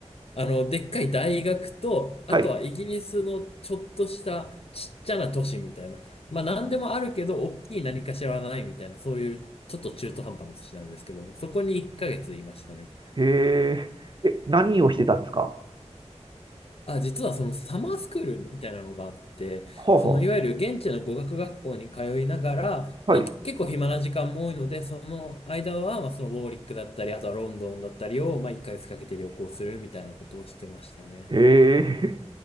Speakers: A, on the left (about 55°); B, on the right (about 40°).
A: あ、あの、でっかい大学と、あとはイギリスのちょっとしたちっちゃな都市みたいな、
B: はい。
A: まあ何でもあるけど、大きい何かしらはないみたいな、そういうちょっと中途半端な都市なんですけども、そこに1ヶ月いましたね。
B: へえ、え、何をしてたんですか
A: あ、実はそのサマースクールみたいなのがあって、
B: はあ、
A: そのいわゆる現地の語学学校に通いながら、
B: はあ、
A: まあけ結構暇な時間も多いので、
B: はい。
A: その間はまあそのウォーリックだったり、あとはロンドンだったりをまあ1ヶ月かけて旅行するみたいなことをしてましたね。
B: へえ、